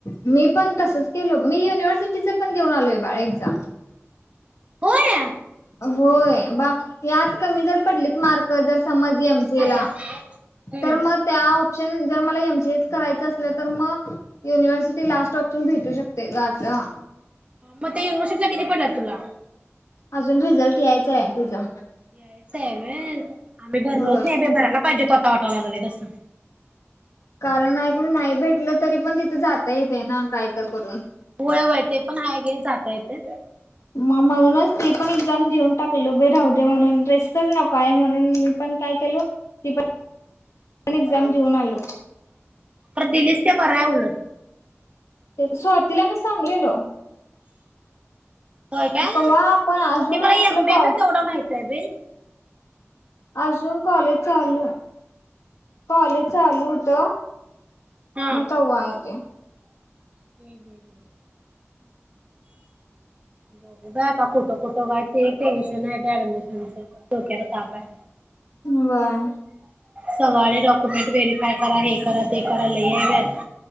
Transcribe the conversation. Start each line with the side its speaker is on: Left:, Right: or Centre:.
Left: मी पण तसच केल मी युनिव्हर्सिटीचे पण देऊन आलोय बाळ एक्झाम
Right: होया
Left: होय बा हे आत कमी जर पडले मार्क जर समज एमसीए
Right: होय
Left: ला
Right: हम्म
Left: तर मग त्या ऑप्शन जर मला एमसीएच करायच असलं तर म युनिव्हर्सिटी लास्ट ऑप्शन भेटू शकते ग असा
Right: म ते युनवर्सिटीच्या किती पडलेत तुला
Left: अजून रिझल्ट यायचा आहे तिजा
Right: यायच हाय व्हय आम्ही भरलोच
Left: होय
Right: नाही भरायला पाहिजे तो आता वाटायला झालंय तसं
Left: कारण नाही का नाही भेटलं तरी पण तिथे जाता येते ना काय त करून
Right: होय व्हय ते पण आहे घे जाता येतय
Left: म म्हणूनच ती पण एक्झाम देऊन टाकल बाई राहुदे म्हणून रीस्कच नकोय म्हणून मी पण काय केलो ती पण पण एक्झाम देऊन आलो
Right: तर दिलीस ते बराय उलट
Left: ते स्वातीला मी सांगलेलो
Right: होय का
Left: कव्हा आपण अजून
Right: ते
Left: आपलं
Right: मला एमबीए
Left: कॉ
Right: तेवढ माहि <inaudible>
Left: अजून कॉलेज चालू कॉलेज चालू होत
Right: हा
Left: मग तवा येते
Right: हूं हूं हूं हूं बग बाई आता कुठं कुठं काय ते एक टेन्शन आहे ऍडमिशनच डोक्याला ताप हाय
Left: व्हय
Right: सगळनी डॉक्युमेंट व्हेरीफाय करा हे करा ते करा लयी हाय बाय